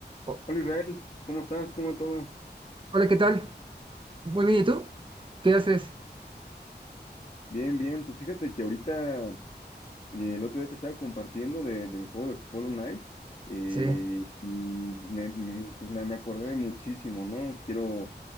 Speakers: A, on the right; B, on the left.
A: O-
B: Hola Israel, ¿cómo estás? ¿Cómo va todo?
A: Hola, ¿qué tal? Muy bien, ¿y tú? ¿Qué haces?
B: Bien, bien. Pues fíjate que ahorita eh, el otro día te estaba compartiendo de- del juego de Hollow Knight eh,
A: Sí,
B: y me, mm, pues, me, me acordé de muchísimo, ¿no? Quiero,